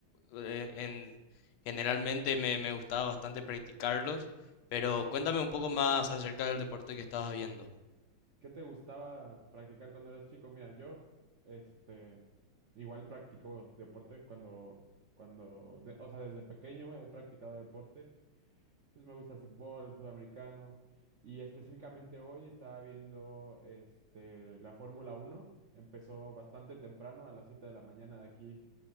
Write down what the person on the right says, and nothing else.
¿Qué te gustaba practicar cuando eras chico? Mira, yo, este, igual practico deporte cuando, cuando, de- o sea, desde pequeño he practicado deportes. Pues me gusta el fútbol, el fútbol americano. Y específicamente hoy estaba viendo este, la Fórmula uno Empezó bastante temprano, a las 7 de la mañana de aquí